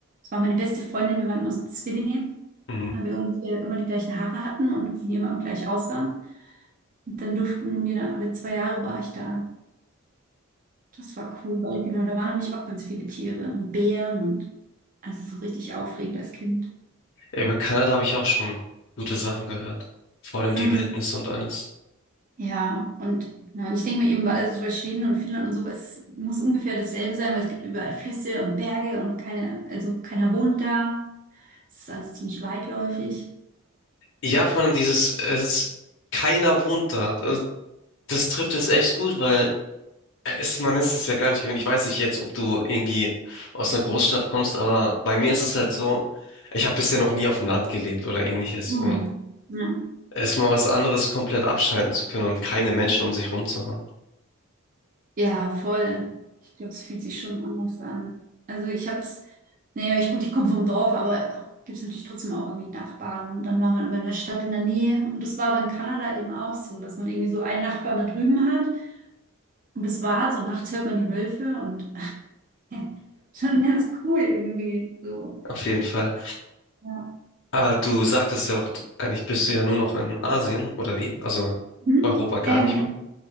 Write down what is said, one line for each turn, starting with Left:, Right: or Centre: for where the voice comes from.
Right: war meine beste Freundin, wir waren immer so Zwillinge,
Left: Mhm.
Right: weil wir ungefähr immer die gleichen Haare hatten und irgendwie immer gleich aussahen. Und dann durften wir da, alle zwei Jahre war ich da. Das war cool, weil genau, da waren nämlich auch ganz viele Tiere und Bären und also so richtig aufregend als Kind.
Left: Ja, Über Kanada habe ich auch schon gute Sachen gehört. Vor allem die
Right: Mhm.
Left: Wildnis und alles.
Right: Ja, und, ja, und ich denke mir eben, weil also so bei Schweden und Finnland und so, es muss ungefähr dasselbe sein, weil es gibt überall Flüsse und Berge und keine, also keiner wohnt da. Es ist alles ziemlich weitläufig.
Left: Ja, vor allem dieses, es ist, keiner wohnt da. Also, das trifft es echt gut, weil es, man ist es ja gar nicht gewöhnt. Ich weiß nicht jetzt, ob du irgendwie aus einer Großstadt kommst, aber bei mir ist es halt so, ich habe bisher noch nie auf dem Land gelebt oder ähnliches.
Right: Mhm.
Left: Und
Right: Ja.
Left: es ist mal was anderes, komplett abschalten zu können und keine Menschen um sich rum zu haben.
Right: Ja, voll. Ich glaube, es fühlt sich schon anders an. Also ich habe es, naja, ich, gut, ich komme vom Dorf, aber gibt es natürlich trotzdem auch irgendwie Nachbarn. Und dann war man immer in der Stadt in der Nähe. Und das war aber in Kanada eben auch so, dass man irgendwie so einen Nachbarn da drüben hat. Und das war so, nachts hört man die Wölfe und <laughs> schon ganz cool irgendwie so.
Left: Auf jeden Fall.
Right: Ja.
Left: Ah, du sagtest ja auch, d- eigentlich bist du ja nur noch in Asien, oder wie? Also
Right: Mhm.
Left: Europa gar
Right: Ähm,
Left: nicht mehr.